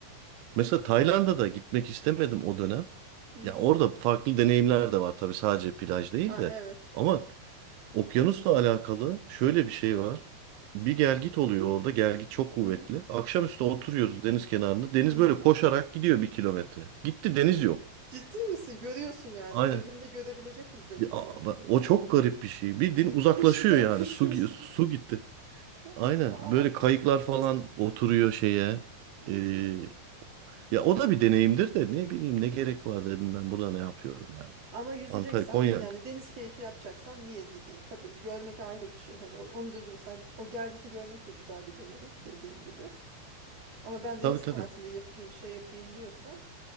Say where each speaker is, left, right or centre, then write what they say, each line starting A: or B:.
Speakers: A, on the right; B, on the right.
A: Mesela Tayland'a da gitmek istemedim o dönem.
B: Hı
A: Ya
B: hı.
A: orada farklı deneyimler de var tabii sadece plaj değil
B: Ha
A: de.
B: evet.
A: Ama Okyanusla alakalı şöyle bir şey var. Bir gelgit oluyor orada. Gelgit çok kuvvetli.
B: Hı hı.
A: Akşamüstü oturuyoruz deniz kenarında. Deniz
B: Hı hı.
A: böyle koşarak gidiyor bir kilometre. Gitti deniz yok.
B: Ciddi misin? Görüyorsun yani.
A: Aynen.
B: Gözünde görebilecek hızda gidiyor.
A: Ya, bak, o çok garip bir şey. Bildiğin uzaklaşıyor
B: Peşinden
A: yani.
B: koşuyorsun.
A: Su, gi- su gitti. Aynen.
B: <laughs> Aa.
A: Böyle kayıklar falan oturuyor şeye.
B: hmm.
A: Ee, ya o da bir deneyimdir de ne bileyim ne gerek var dedim ben burada ne yapıyorum yani.
B: Ama yüzeceksen
A: Antalya, Konya.
B: yani deniz keyfi yapacaksan niye gideyim? Tabii görmek ayrı bir şey. Hani o- onu da mesela o gelgiti görmek de güzel bir deneyim dediğin gibi. Ama ben deniz
A: Tabii tabii.
B: tatili yapayım, şey yapayım diyorsan